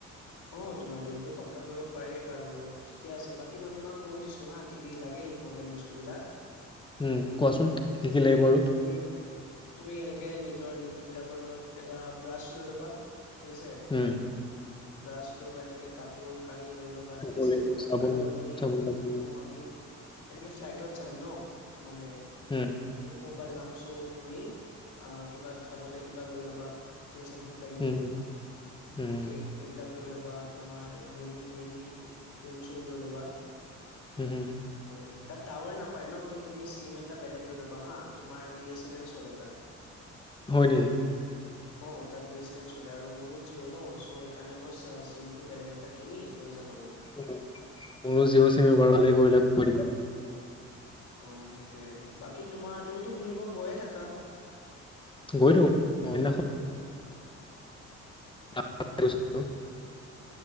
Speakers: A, on the left (about 75°); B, on the left (about 15°).
A: অ তোমাৰ দিলটো পাক্কা কৰিব পাৰি বাৰু ঠিকে আছে বাকী মই তোমাক কৈ দিছো হা কি কি লাগে ইম্পৰ্টেণ্ট বস্তুবিলাক
B: উম কোৱাচোন কি
A: তুমি
B: কি লাগিব আৰু
A: তুমি তুমি এনেকে নিজৰ নিট বিলাকৰ লগত এটা ব্ৰাছ লৈ ল'বা ঠিক আছে
B: উম,
A: ব্ৰাছ ল'বা এনেকে কাপোৰ কানি লৈ ল'বা
B: ধুব
A: ঠিক আছে
B: লাগিব, চাবোন
A: আৰু আমি
B: চাবোন তাবোন
A: হ আমি এনেকে ফ্লাইটত যাম ন মানে
B: উম,
A: খ খু ত পা যাম চ' তুমি অ কিবা খাবলে কিবা লৈ ল'বা ঠিক আছে ভোক লাগিব
B: উম, উম, উম,
A: অ'কে লৈ ল'বা তুমাৰ ঘৰী মেলি ফোন চোন লৈ ল'বা
B: উম, হুম,
A: মানে তাত টাৱাৰ নাপায় ন ত তুমি চিম এটা বেলেগ লৈ ল'বা হা তোমাৰ বি এ চনেল চলে তাত
B: হয় নেকি
A: অ তাত বি এ চেনেল চলে আৰু মোৰো জিঅ' ন চ' সেইকাৰণে মই চিম টো বেলেগ এটা কিনি লৈ যাম আৰু
B: উম মোৰো জি চিম ভালেই
A: অ
B: কৰিলা কৈ দিলা
A: অ সেইটোয়ে বাকী তোমা তুমিতো ঘুৰিব গৈয়ে থাকা কালচ্
B: গৈ থাকো অ নখ <unintelligible>